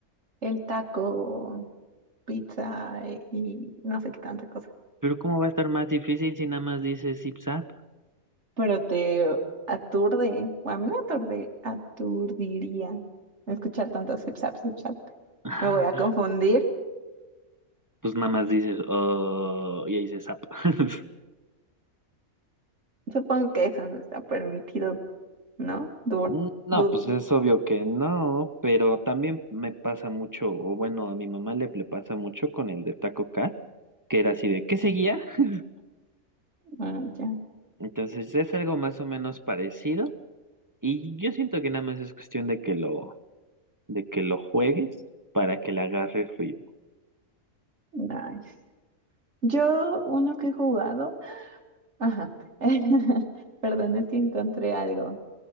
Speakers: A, on the right (about 55°); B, on the right (about 20°).
A: el taco, pizza y y no sé qué tanta cosa.
B: Pero ¿cómo va a estar más difícil si nada más dices zip zap?
A: Pero te aturde. O a mí me aturde, aturdiría escuchar tanto zip zap, zip zap.
B: <laughs>
A: Me voy a confundir.
B: Pues nada más dices, oh, y ahí dices zap. <laughs>
A: Supongo que eso no está permitido, ¿no? Dur,
B: Mm, No,
A: dur,
B: pues es obvio que no, pero también me pasa mucho, o bueno, a mi mamá le, le pasa mucho con el de Taco Cat, que era así de, ¿qué seguía? <laughs>
A: ah, ya.
B: Entonces es algo más o menos parecido y yo siento que nada más es cuestión de que lo, de que lo juegues para que le agarres ritmo.
A: Nice. Yo, uno que he jugado. Ajá. <laughs> Perdón, es que encontré algo